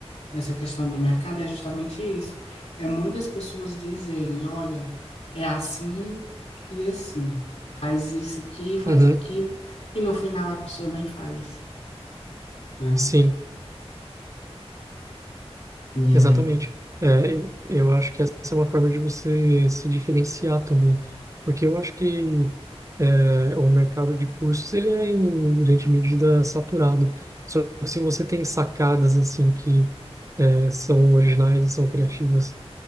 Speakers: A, on the left; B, on the right.
A: nessa questão do mercado é justamente isso. É muitas pessoas dizerem, olha, é assim e assim. Faz isso aqui, faz
B: Uhum,
A: aquilo, e no final a pessoa nem faz, né?
B: sim.
A: E
B: Exatamente.
A: aí,
B: É, eu acho que essa é uma forma de você se diferenciar também, porque eu acho que é, o mercado de cursos ele é em grande medida saturado. Só que se você tem sacadas assim que é, são originais, são criativas,